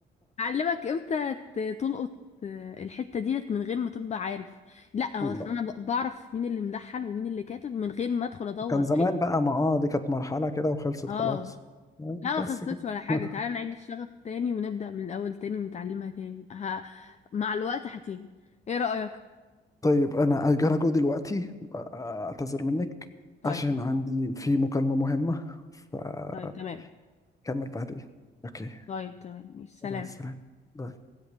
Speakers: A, on the left; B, on the left.
A: أعلمك إمتى ت- تلقط آه، الحتة ديت من غير ما تبقى عارف لا هو
B: لا
A: أصل أنا ب- بعرف مين اللي ملحن ومين اللي كاتب من غير ما أدخل أدور
B: كان زمان بقى ما اه دي كانت مرحلة كده وخلصت
A: اه
B: خلاص
A: لا ما
B: بس
A: خسرتش
B: كده
A: ولا
B: <laughs>
A: حاجة تعالى نعيد الشغف تاني ونبدأ من الأول تاني ونتعلمها تاني ه... مع الوقت هتيجي ايه رأيك؟
B: طيب انا هجرى جو دلوقتي اعتذر منك
A: طيب
B: عشان عندي في مكالمة مهمة فكمل
A: طيب تمام
B: بعدين اوكي
A: طيب تمام ماشي سلام
B: مع السلامة باي